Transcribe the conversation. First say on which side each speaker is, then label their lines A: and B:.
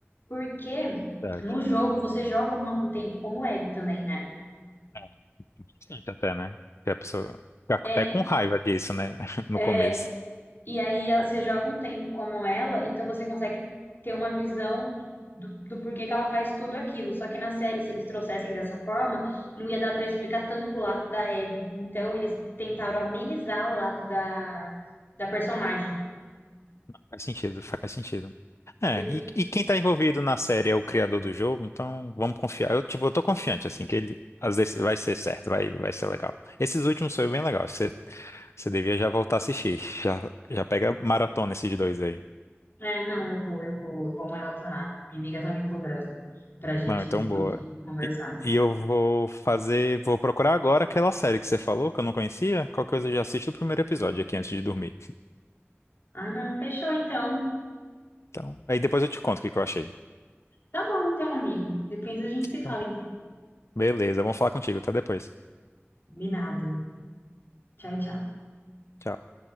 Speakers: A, on the left; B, on the left.
A: Porque
B: verdade.
A: no jogo você joga uma- um tempo como Abby também, né?
B: É, interessante até, né? Que a pessoa fica
A: É,
B: até com raiva disso, né? <laughs> No
A: é,
B: começo.
A: E aí ela- você joga um tempo como ela, então você consegue ter uma visão do, do, do porquê que ela faz tudo aquilo. Só que na série, se eles trouxessem dessa forma, não ia dar pra explicar tanto o lado da Abby. Então eles tentaram amenizar o lado da, da personagem.
B: Faz sentido, faz sentido. É,
A: Foi por...
B: e,
A: i-
B: e quem tá envolvido na série é o criador do jogo, então vamos confiar. Eu, tipo, eu tô confiante, assim, que ele às vezes vai ser certo, vai, vai ser legal. Esses últimos foi bem legal. Você, você devia já voltar a assistir. Já, já pega maratona esses dois aí.
A: É, não, eu vou, eu vou, eu vou maratonar. Minha amiga tá me cobrando pra gente
B: Não, então
A: discutir,
B: boa.
A: conversar.
B: E, e eu vou fazer, vou procurar agora aquela série que você falou, que eu não conhecia. Qualquer coisa eu já assisto o primeiro episódio aqui antes de dormir.
A: Ah, não, fechou então.
B: Então, aí depois eu te conto o que que eu achei.
A: Tá bom então, amigo. Depois a gente se fala
B: Então,
A: então.
B: beleza, vamos falar contigo. Até depois.
A: Combinado. Tchau, tchau.
B: Tchau.